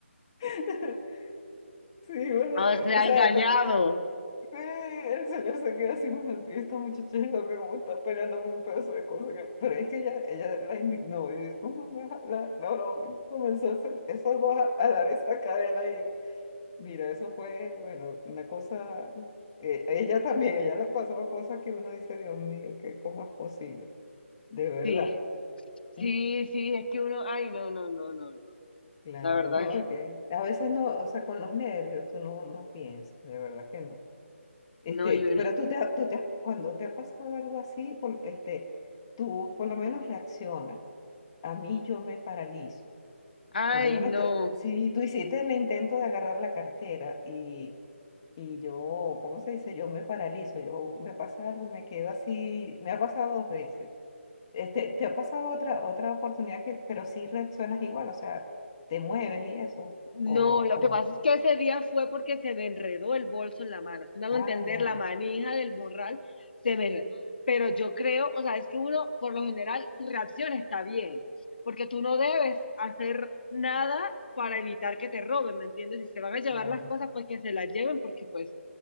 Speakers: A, on the left; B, on the left.
A: <laughs> Sí, bueno,
B: O
A: eh,
B: sea,
A: o sea,
B: engañado.
A: Sí, el señor se queda así, bueno, y esta muchacha es loca, como está peleando por un pedazo de cosa. que-". Pero es que ella, ella la indignó y dice, ¿cómo me vas a jalar la broma? Y comenzó a hacer esas dos a jalar esa cadena y mira, eso fue, bueno, una cosa, eh, ella también, ella le ha pasado cosas que uno dice, Dios mío, que cómo es posible, de verdad.
B: Sí, sí,
A: Mm,
B: sí, es que uno, ay, no, no, no, no, no.
A: Claro,
B: La verdad,
A: no, es que a veces no, o sea, con los nervios tú no, no piensas, de verdad que no. Este,
B: no, yo,
A: pero tú te, ha- tú te, has- cuando te ha pasado algo así, por- este, tú por lo menos reaccionas. A mí yo me paralizo.
B: ay,
A: Por lo menos
B: no.
A: tú- si tú hiciste el intento de agarrar la cartera y, y yo, ¿cómo se dice? Yo me paralizo, yo me pasa algo y me quedo así. Me ha pasado dos veces. Este, te ha pasado otra, otra oportunidad que, pero sí reaccionas igual, o sea, te mueves y eso.
B: No,
A: O
B: lo
A: cómo
B: que pasa es que ese día fue porque se me enredó el bolso en la mano. Si me hago
A: ah,
B: entender,
A: ya,
B: la manija del morral se me enredó. Pero yo creo, o sea, es que uno, por lo general, tu reacción está bien, porque tú no debes hacer nada para evitar que te roben, ¿me entiendes? Si se van a llevar
A: claro,
B: las cosas, pues que se las lleven, porque pues